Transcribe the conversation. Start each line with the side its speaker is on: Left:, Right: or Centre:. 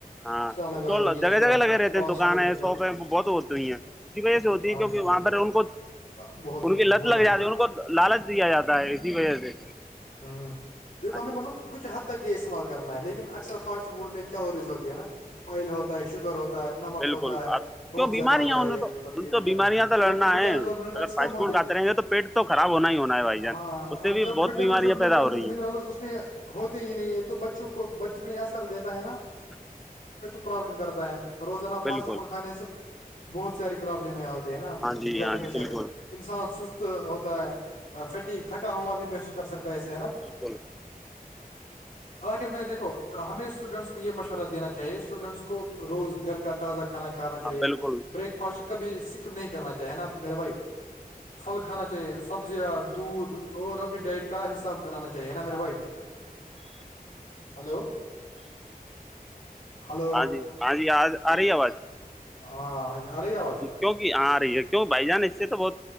Centre: ہاں
Left: لگے
Centre: اسٹال
Left: ہوتے ہیں یہ
Centre: جگہ جگہ لگے رہتے
Left: فاسٹ
Centre: ہیں دکانیں
Left: فوڈ کے ساتھ
Centre: سوپ وہ بہت ہوتی ہیں اسی وجہ سے ہوتی
Left: ہاں
Centre: ہیں کیکہ
Left: جی
Centre: وہاں
Left: بھیا
Centre: پر ان کو
Left: بہت
Centre: ان
Left: خوب
Centre: کی لت
Left: بہت
Centre: لگ
Left: اعلی
Centre: جاتی ان کو لالچ دیا جاتا ہے اسی وجہ سے
Left: ہوں دیکھو
Centre: ہاں
Left: ہمیں
Centre: جی
Left: مطلب کچھ حد تک یہ استعمال کرنا ہے لیکن اکثر فاسٹ فوڈ میں کیلوریز ہوتی ہے نا آئل ہوتا ہے شوگر ہوتا ہے نمک
Centre: بالکل
Left: ہوتا ہے
Centre: اب
Left: بہت
Centre: کیوں
Left: زیادہ
Centre: بیماریاں
Left: ہوتا
Centre: انہیں
Left: یہ
Centre: تو
Left: مطلب
Centre: ان
Left: یہ
Centre: تو
Left: وٹامن
Centre: بیماریاں تو لڑنا
Left: جبک وٹامنس
Centre: ہے
Left: اور منرلس
Centre: اگر فاسٹ
Left: کم ہوتے
Centre: فوڈ
Left: ہیں
Centre: کھاتے رہیں گے تو پیٹ تو خراب ہونا ہی ہونا ہے بھائی جان
Left: ہاں
Centre: اس
Left: ہاں
Centre: سے بھی
Left: جب
Centre: بہت
Left: وٹامنس
Centre: بیماریاں
Left: اور م
Centre: پیدا ہو رہی
Left: منرل
Centre: ہیں
Left: اس میں ہوتے ہی نہیں ہے تو بچوں کو بچوں پ اثر دیتا ہے نا
Centre: <inaudible>
Left: ک تو پرابلم کررتاائیں روزنا فاسٹ
Centre: بالکل
Left: فڈ کانے سے بہت ساری پرابلمیں ہوتے ہے نا
Centre: ہاں جی
Left: بلڈ
Centre: ہاں
Left: پریشر
Centre: جی بالکل
Left: انسان سست ہوتا ہے فٹیک تھکا ہوا بھی میں کر سکتا ایسے ہے نا
Centre: بالکل
Left: آخر میں دیکو ہمیں اسٹوڈینٹس کو یہ مشورہ دینا چاہیے اسٹوڈینٹس کو روز گھر کا تازہ کھانا کھانا چاہیے
Centre: ہاں بالکل
Left: بریک فاسٹ کبھی سک نہیں کرنا چاہیے نا میرے بھائی پھل کھانا چاہیے سبزیاں دودھ اور اپنی ڈائٹ کا حساب بنانا چاہیے ہے نا میرے بھائی ہلو ہلو
Centre: ہاں جی ہاں جی آ آ رہی ہے آواز
Left: ہاں ہاں جی ارے آواز
Centre: کیوںک کہ آ رہی ہے کیوں بھائی جان اس سے تو بہت